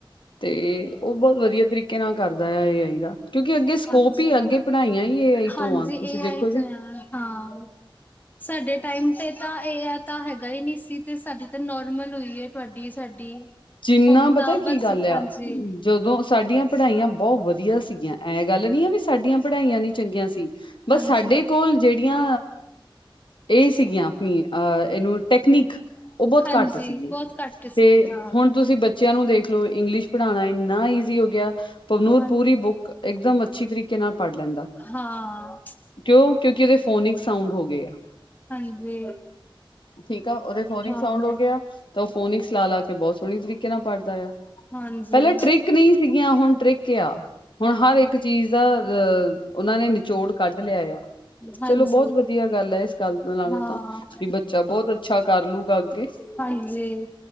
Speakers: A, on the left; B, on the left.
A: ਤੇ ਉਹ ਬਹੁਤ ਵਧੀਆ ਤਰੀਕੇ ਨਾਲ ਕਰਦਾ ਆ ਏ ਆਈ ਦਾ। ਕਿਉਂਕਿ ਅੱਗੇ ਸਕੋਪ
B: ਅੱਛਾ
A: ਹੀ ਅੱਗੇ ਪੜ੍ਹਾਈਆਂ ਹੀ ਇਹ ਆਈ ਤੋਂ
B: ਹਾਂਜੀ
A: ਆ
B: ਇਹ
A: ਤੁਸੀਂ ਦੇਖੋ
B: ਆਈ
A: ਗੇ।
B: ਤਾਂ ਹਾਂ ਸਾਡੇ ਟਾਈਮ ਤੇ ਤਾਂ ਏ ਆ ਤਾਂ ਹੈਗਾ ਹੀ ਨਹੀਂ ਸੀ ਤੇ ਸਾਡੀ ਤਾਂ ਨੋਰਮਲ ਹੋਈ ਹੈ। ਤੁਹਾਡੀ ਸਾਡੀ
A: ਜਿੰਨਾ
B: ਹੁਣ
A: ਪਤਾ
B: ਤਾਂ
A: ਕੀ
B: ਬਸ
A: ਗੱਲ ਆ
B: ਹਾਂਜੀ।
A: ਜਦੋਂ ਸਾਡੀਆਂ ਪੜ੍ਹਾਈਆਂ ਬਹੁਤ ਵਧੀਆ ਸੀਗੀਆਂ। ਇਹ ਗੱਲ ਨਹੀਂ ਆ ਵੀ। ਸਾਡੀਆਂ ਪੜ੍ਹਾਈਆਂ ਨੀ ਚੰਗੀਆਂ ਸੀ। ਬਸ
B: ਹਾਂਜੀ
A: ਸਾਡੇ ਕੋਲ। ਜਿਹੜੀਆਂ ਇਹ ਸੀਗੀਆਂ ਆਪਣੀ ਅਹ ਇਹਨੂੰ ਟੈਕਨੀਕ। ਉਹ ਬਹੁਤ
B: ਹਾਂਜੀ
A: ਘੱਟ ਸੀਗੀਆ
B: ਬਹੁਤ ਘੱਟ
A: ਤੇ।
B: ਸੀ ਹਾਂ
A: ਹੁਣ ਤੁਸੀਂ ਬੱਚਿਆਂ ਨੂੰ ਦੇਖਲਓ ਇੰਗਲਿਸ਼ ਪੜ੍ਹਾਉਣਾ ਇੰਨਾ ਈਜ਼ੀ ਹੋ ਗਿਆ ਹੈ। ਤੁਹਾਨੂੰ ਉਹ
B: ਹਾਂਜੀ,
A: ਪੂਰੀ ਬੁੱਕ। ਇੱਕਦਮ ਅੱਛੀ ਤਰੀਕੇ ਨਾਲ ਪੜ੍ਹ ਲੈਂਦਾ ਹੈ।
B: ਹਾਂ।
A: ਕਿਉਂ ਕਿਉਂਕਿ ਉਹਦੇ ਫੋਨਿਕ ਸਾਊਂਡ ਹੋ ਗਏ ਆ।
B: ਹਾਂਜੀ।
A: ਠੀਕ ਆ ਉਹਦੇ ਫੋਨਿਕ
B: ਹਾਂ,
A: ਸਾਊਂਡ ਹੋ ਗਿਆ ਤੇ ਉਹ ਫੋਨਿਕਸ ਲਾ ਲਾ ਕੇ। ਬਹੁਤ ਸੋਹਣੇ ਤਰੀਕੇ ਨਾਲ ਪੜ੍ਹਦਾ ਆ
B: ਹਾਂਜੀ।
A: ਪਹਿਲਾਂ ਟ੍ਰਿਕ ਨਹੀਂ ਸੀਗੀਆਂ ਹੁਣ ਟ੍ਰਿਕ ਆ। ਹੁਣ
B: ਹਾਂ,
A: ਹਰ
B: ਹੂੰ,
A: ਇੱਕ ਚੀਜ਼ ਦਾ ਅਹ ਉਹਨਾਂ ਨੇ ਨਿਚੋੜ ਕੱਢ ਲਿਆ ਆ।
B: ਹਾਂਜੀ।
A: ਚਲੋ ਬਹੁਤ ਵਧੀਆ ਗੱਲ ਹੈ। ਇਸ ਗੱਲ ਨਾਲੋਂ
B: ਹਾਂ,
A: ਤਾਂ ਵੀ ਬੱਚਾ ਬਹੁਤ ਅੱਛਾ ਕਰ ਲੂਗਾ ਅੱਗੇ।
B: ਹਾਂਜੀ।